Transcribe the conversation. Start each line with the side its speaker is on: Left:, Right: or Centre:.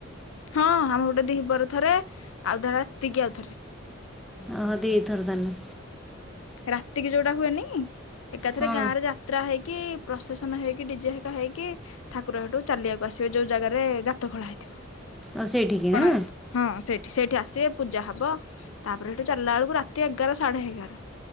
Left: ହଁ ଆମେ ପଟେ ଦିପହରେ ଥରେ ଆଉ ଟା ରାତିକି ଆଉ ଥରେ।
Centre: ଓହୋ ଦି ଥର ତାନେ।
Left: ରାତି କିି ଯୋଉଟା ହୁଏନି ଏକାଥରେ
Centre: ହଁ
Left: ଗାଁ ରେ ଯା ଯାତ୍ରା ହେଇକି ପ୍ରସେସନ ହେଇକି ଡିଜେ ହେଇକା ହେଇକି ଠାକୁର ସେଠୁ ଚାଲିବାକୁ ଆସିବେ ଯୋଉ ଜାଗାରେ ଗାତ ଖୋଳା ହେଇଥିବ।
Centre: ଆଉ ସେଇଠିକି ହଁ
Left: କଣା ଗାତ ହଁ ସେଇଠି ସେଇଠି ଆସିବେ ପୂଜା ହବ। ତାପରେ ସେଠୁ ଚାଲିଲା ବେଳକୁ ରାତି ଏଗାର ସାଢେ ଏଗାର।